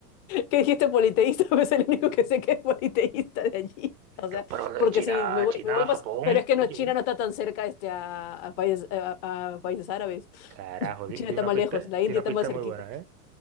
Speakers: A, on the left (about 40°); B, on the right (about 85°).
A: qué dijiste politeísta, <laughs> es el único que sé que es politeísta de allí. O sea,
B: Yo, pero de
A: porque
B: China,
A: si me voy,
B: China,
A: me voy más,
B: Japón.
A: pero es que no,
B: Oye.
A: China no está tan cerca este, a, a países, a, a países árabes.
B: Carajo,
A: <laughs>
B: di,
A: China
B: di
A: está
B: una
A: más
B: pista,
A: lejos, la
B: di
A: India
B: una
A: está
B: pista
A: más cerquita.
B: muy buena, ¿eh?